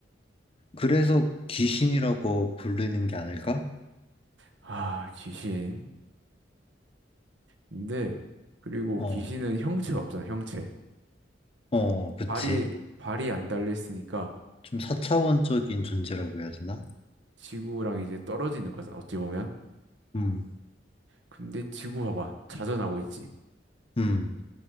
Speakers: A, on the left; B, on the right.
A: 그래서 귀신이라고 부르는 게 아닐까?
B: 아, 귀신. 근데 그리고
A: 어,
B: 귀신은 형체가 없잖아, 형체.
A: 어, 그치.
B: 발이 발이 안 달려 있으니까
A: 좀 사차원적인 존재라고 해야 되나?
B: 지구랑 이제 떨어지는 거잖아, 어찌 보면.
A: 음,
B: 근데 지구 봐봐. 자전하고 있지.
A: 음,